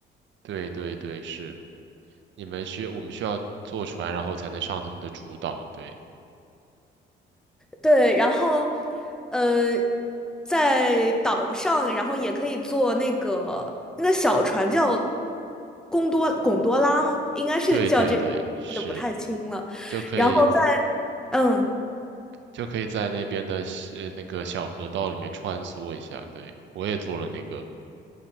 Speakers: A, on the right; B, in the centre.
A: 对对对，是。你们需我们需要坐船，然后才能上他们的主岛。对，
B: 对，然后，呃，在岛上，然后也可以坐那个那个小船叫贡多贡多拉吗？应该是叫这个，
A: 对对对，
B: 我记得不太清了。
A: 是，就可以
B: 然后在嗯。
A: 就可以在那边的小呃那个小河道里面穿梭一下。对，我也做了那个，